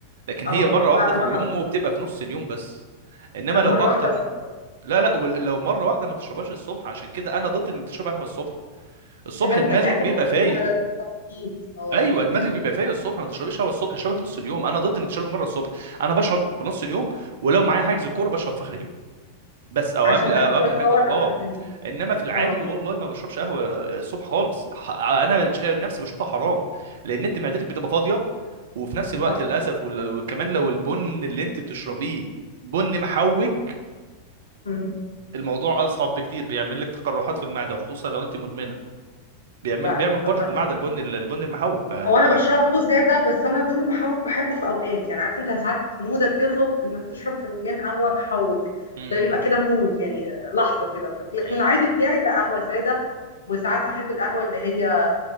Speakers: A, on the right; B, on the left.
A: لكن
B: اه
A: هي مره واحده
B: لا انا
A: في
B: مره
A: اليوم
B: واحده،
A: وبتبقى في نص اليوم بس انما
B: انا
A: لو
B: مره
A: اكتر
B: واحده اصلا
A: لا
B: اه
A: لا ول- لو مره واحده ما تشربهاش الصبح عشان كده انا ضد انك تشرب قهوه الصبح الصبح
B: فهمتك
A: دماغك
B: يعني انت
A: بيبقى
B: معترض
A: فايق
B: على التخطيط اه
A: ايوه دماغك
B: ممكن
A: بيبقى فايق الصبح ما تشربيش قهوه الصبح اشربها في نص اليوم انا ضد انك تشربي مره الصبح انا بشرب في نص اليوم ولو معايا حجز كوره بشرب في اخر اليوم بس او
B: عشان
A: قبل او
B: تاخد
A: قبل
B: شويه
A: حجز
B: باور
A: اه
B: قبل ما تنزل
A: انما في العادي
B: اه
A: والله ما بشربش قهوه الصبح خالص ح- انا شا- نفسي بشوفها حرام لان انت معدتك بتبقى فاضيه وفي نفس الوقت
B: صح
A: للاسف وال- وكمان لو البن اللي انت بتشربيه بن محوج
B: مم.
A: الموضوع اصعب بكتير بيعمل لك تقرحات في المعده وخصوصا لو انت مدمنه بيعمل
B: لا
A: بيعمل
B: لا
A: قرحه
B: انا
A: في المعده البن البن المحوج فالموضوع
B: هو انا بشربه ساده بس انا البن المحوج بحبه في اوقات يعني عارف انت ساعات مودك يطلب انك تشرب فنجان قهوه محوج
A: امم
B: ده بيبقى كده مود يعني لحظه كده لكن
A: امم
B: العادي بتاعي لا قهوه ساده وساعات احب القهوه اللي هي